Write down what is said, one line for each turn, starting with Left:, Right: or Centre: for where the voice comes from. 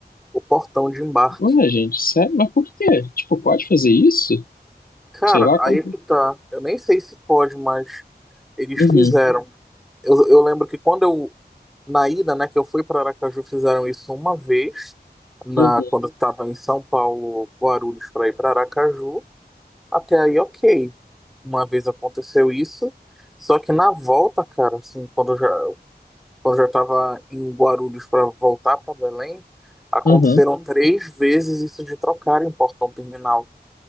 Centre: o portão de embarque.
Left: Ué, gente, sério? Mas por quê? Tipo, pode fazer isso?
Centre: Cara,
Left: Sei lá
Centre: aí
Left: como.
Centre: é que tá. Eu nem sei se pode, mas eles
Left: Uhum,
Centre: fizeram. Eu, eu lembro que quando eu, na ida, né, que eu fui para Aracaju, fizeram isso uma vez, na,
Left: uhum,
Centre: quando eu tava em São Paulo, Guarulhos, para ir para Aracaju. Até aí, ok. Uma vez aconteceu isso. Só que na volta, cara, assim, quando eu já quando eu já estava em Guarulhos para voltar para Belém, aconteceram
Left: uhum.
Centre: três vezes isso de trocarem o portão terminal.